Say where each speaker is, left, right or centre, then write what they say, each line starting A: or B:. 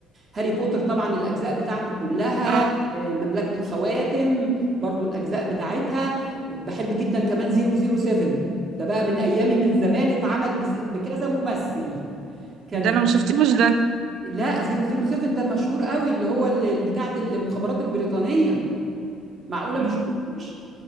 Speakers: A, on the right; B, on the right.
A: هاري بوتر طبعا الأجزاء بتاعته كلها
B: <laughs> اه
A: مملكة الخواتم برضو الأجزاء بتاعتها بحب جدا كمان 007 ده بقى من أيامي من زمان اتعمل بس- بكذا ممثل كان
B: ده انا ما شفتوش ده
A: لا 007 ده مشهور قوي اللي هو ال- ال- بتاعه المخابرات البريطانية معقولة
B: مم.
A: ما شفتوش